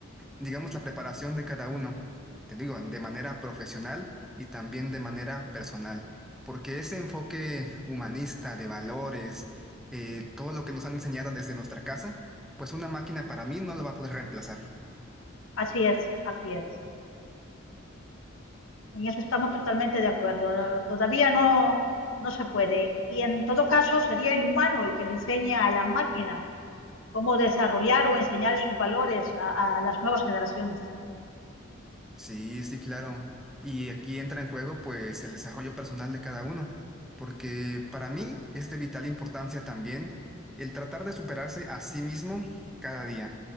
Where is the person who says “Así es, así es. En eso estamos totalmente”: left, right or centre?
Left